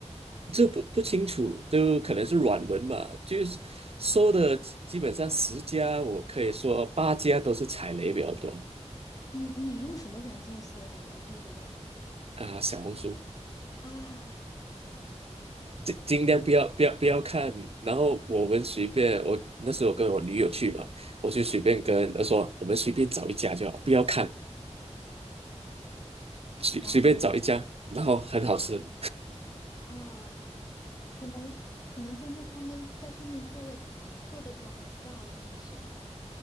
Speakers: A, on the right; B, on the left.
A: 这不不清楚，都可能是软文嘛，就是搜的基本上十家，我可以说八家都是踩雷比较多
B: 嗯，你用什么软件搜的？我要避个雷
A: 啊、小红书。
B: 啊！天呐，
A: 尽尽量不要不要不要看，然后我们随便，我那时候跟我女友去嘛，我就随便跟她说，
B: 嗯，
A: 我们随便找一家就好，不要看，随随便找一家，
B: 然后呢？
A: 然后很好吃。
B: 啊，可能可能真的他们在上面做的做的广告都是。